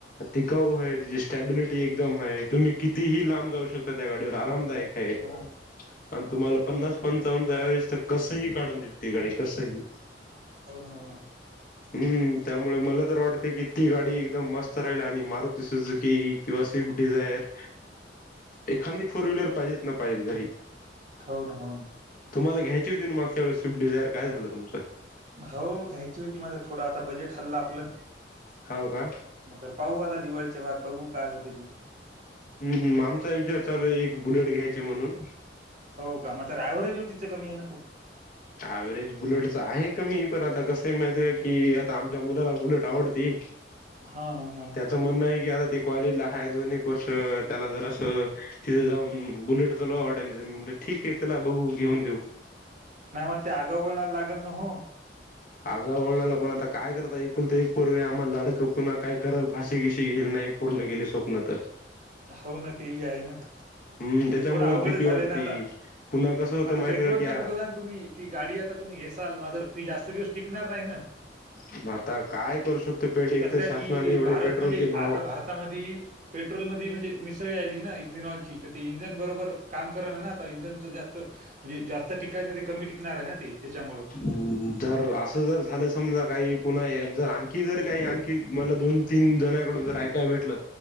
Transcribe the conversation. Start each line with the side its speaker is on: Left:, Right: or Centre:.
Left: टिकाऊ आहे, त्याची स्टॅबिलिटी
Right: हम्म
Left: एकदम आहे, तुम्ही कितीही लांब जाऊ शकता त्या गाडीवर आरामदायक. हे.
Right: हो ना
Left: आणि तुम्हाला पन्नास पंचावन्नच च्यावेळीस कसंही काढून दिलती गाडी कसंही
Right: हो ना
Left: हम्म, त्यामुळ मला तर वाटत की, ती गाडी एकदम मस्त राहिल आणि मारुती, सुजुकी किंवा स्विफ्ट डिझायर एखादी फोर व्हीलर पाहिजेेत ना पाहिजेच घरी.
Right: होन, होन.
Left: तुम्हाला घयची होती ना मागच्या वेळेस स्विफ्ट डिझयर. काय झाल तुमच.
Right: हो घ्यायची होती माझ थोड आता बजेट हल्लं आपल.
Left: हव का
Right: मग तर पाहू आता दिवाळीच्या बाद बघू काय होते ते.
Left: हम् आमचा विचार चालू आहे एक बुलेट घ्यायचे म्हणून
Right: हो का, म तर एवरेज ओ, तिच कमी येई ना खूप.
Left: अव्हरेज बुलेटच हाय कमी, पण आता कसं माहित का,
Right: हम्म
Left: की
Right: हम्म.
Left: आ आमच्या मुलाला बुलेट आवडती
Right: हां हसन हां.
Left: त म्हणणं आहे की, आता ते कॉलेजला हाय दोन्ही एक वर्ष, त्याला जर असं तिथे जाऊन बुलेटच लो वाटालीे ठीक आहे चला बघू घेऊन देऊ
Right: नाही मग ते आगाव वळणाला लागेल ना हो.
Left: आगाव ओ णाला, पण आता काय करता, ऐकुलत-एक पोरग आम्हाला लाडकं, पुन्हा काय करल फशी-फीशी घेईल नही पूर्ण केली स्वप्न तर
Right: हो ना ते बी आहे ना. म्हणजे
Left: हम्म त्याच्यामुळेच
Right: थोडा अवघडच
Left: भीती वाटती.
Right: झाले ना आता
Left: पुन्हा कसं होतं
Right: मग आता
Left: माहिती
Right: पेट्रोलच
Left: आहे का
Right: बी बघा ना तुम्ही ती गाडी आता तुम्ही घेसाल मात्र ती जास्त दिवस टिकणार नाही ना.
Left: मग आता काय करू शकतो पेट,
Right: कसं
Left: एक तर
Right: काय की
Left: शासनाने एवढे
Right: भारत
Left: पेट्रोलचे
Right: म्हणजे
Left: भाव
Right: आता मधी, पेट्रोल म म्हणजे मिसळ्या ली ना इथेनॉलची इंजन बरोबर, काम कराना ना आता इंज जास म्हणजे जास्त टिकायचं ते, कमी टिकणार आहे ना ते त्याच्यामुळे.
Left: हम्म, जर असं जर झालं समजा काही पुन्हा जर आणखी जर काही आणखी मला दोन तीन जणकडून जर ऐकाय भेटलं,